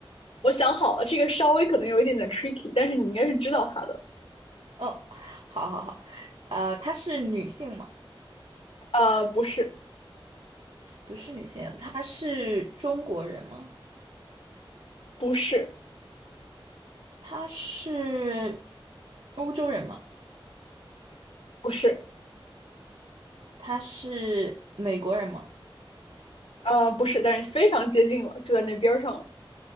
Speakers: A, on the left; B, on the right.
A: 我想好了，这个稍微可能有一点点 tricky，但是你应该是知道他的。
B: 哦，好好好，呃，她是女性吗？
A: 呃，不是，
B: 不是女性，她是中国人吗？
A: 不是，
B: 她是欧洲人吗？
A: 不是，
B: 她是美国人吗？
A: 呃，不是，但是非常接近了，就在那边儿上了。